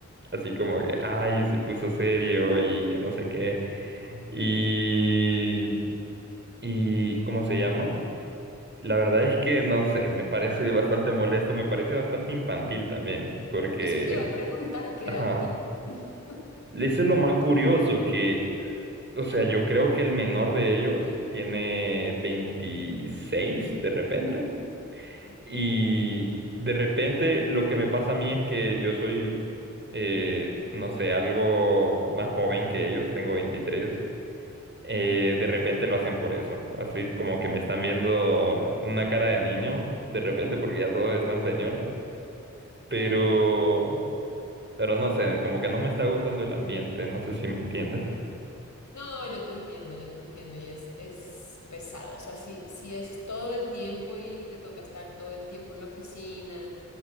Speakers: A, on the right (about 40°); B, on the left (about 75°).
A: Así como que, ay, se puso serio y que no sé qué. Y, y, ¿cómo se llama? La verdad es que, no sé, me parece bastante molesto, me parece bastante infantil también, porque,
B: Eso te iba a preguntar, ¿qué
A: ajá,
B: edad tienen? <laughs>
A: eso es lo más curioso que, eh, o sea, yo creo que el menor de ellos tiene 26 de repente.
B: Ok,
A: Y de repente lo que me pasa a mí es que yo soy, eh, no sé, algo más joven que ellos, tengo veintitrés eh, de repente lo hacen por eso, así como que me están viendo una cara de niño, de repente porque ya todos están señores,
B: claro,
A: pero, pero no sé, como que no me está gustando el ambiente, no sé si me entiendes.
B: claro. No, yo te entiendo, yo te entiendo, y es, es pesado, o sea, si, si es todo el tiempo y te toca estar todo el tiempo en la oficina.